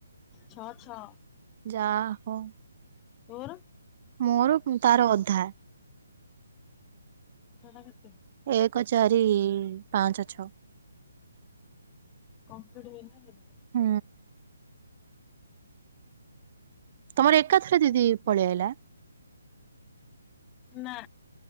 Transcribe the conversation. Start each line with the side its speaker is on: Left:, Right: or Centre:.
Left: ଛଅ ଛଅ
Right: ଯା ହୋଉ।
Left: ତୋର।
Right: ମୋର ତାର ଅଧା।
Left: ଜଣ କେତେ?
Right: ଏକ ଚାରି ପାଞ୍ଚ ଛଅ
Left: କମ୍ଫଟ ଦେଲେନି ନା।
Right: ହୁଁ। ତମର ଏକାଥରେ ଦିଦି ପଳେଇଆଇଲା।
Left: ନା।